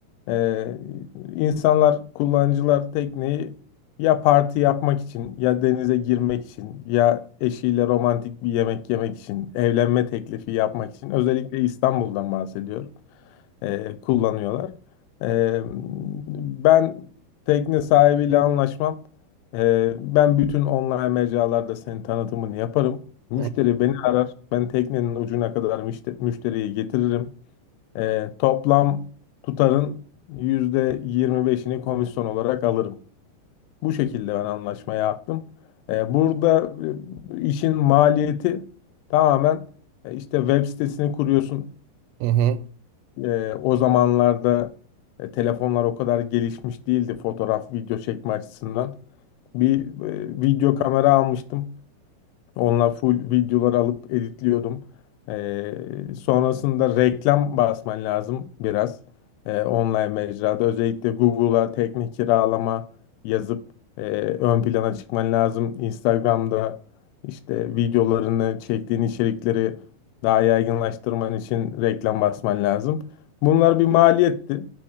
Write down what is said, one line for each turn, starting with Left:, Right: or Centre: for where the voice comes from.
Left: e, insanlar, kullanıcılar tekneyi ya parti yapmak için ya denize girmek için ya eşiyle romantik bir yemek yemek için, evlenme teklifi yapmak için özellikle İstanbul'dan bahsediyorum e, kullanıyorlar. E, ben tekne sahibiyle anlaşmam. E, ben bütün online mecralarda senin tanıtımını yaparım. Müşteri
Right: hı.
Left: beni arar. Ben teknenin ucuna kadar müşte- müşteriyi getiririm. E, toplam tutarın %25'ini komisyon olarak alırım. Bu şekilde ben anlaşma yaptım. E, burada e, işin maliyeti tamamen e, işte web sitesini kuruyorsun.
Right: Hı hı.
Left: E, o zamanlarda e, telefonlar o kadar gelişmiş değildi fotoğraf, video çekme açısından. Bir e, video kamera almıştım. Onlar full videolar alıp editliyordum. Ee, sonrasında reklam basman lazım biraz. Ee, online mecrada özellikle Google'a teknik kiralama yazıp e, ön plana çıkman lazım. Instagram'da işte videolarını çektiğin içerikleri daha yaygınlaştırman için reklam basman lazım. Bunlar bir maliyetti.